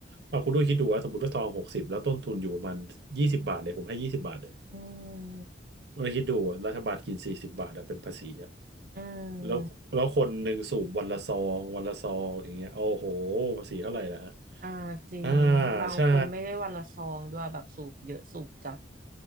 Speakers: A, on the right; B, on the right.
A: เอาคุณด้วยคิดดูว่าสมมติว่าซองหกสิบแล้วต้นทุนอยู่ประมาณยี่สิบบาทเลยผมให้ยี่สิบบาทเลย
B: อืม
A: เราคิดดูอะรัฐบาลกินสี่สิบบาทอะเป็นภาษีอะ
B: อื
A: แล้วแล้วคนหนึ่งสูบวันละซองวันละซองอย่างเงี้ยโอ้โห
B: ม
A: ภาษีเท่าไหร่ล่ะฮะ
B: อ่าจริงบางคนไม่ได้วันละซองด้วยแบบสูบเยอะสูบจัด
A: อ่าใช่